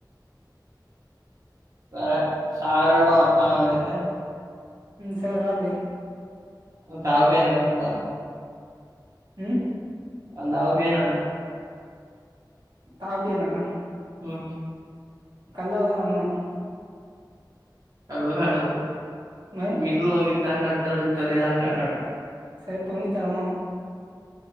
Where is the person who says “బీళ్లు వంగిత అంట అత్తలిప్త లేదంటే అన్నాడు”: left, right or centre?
Right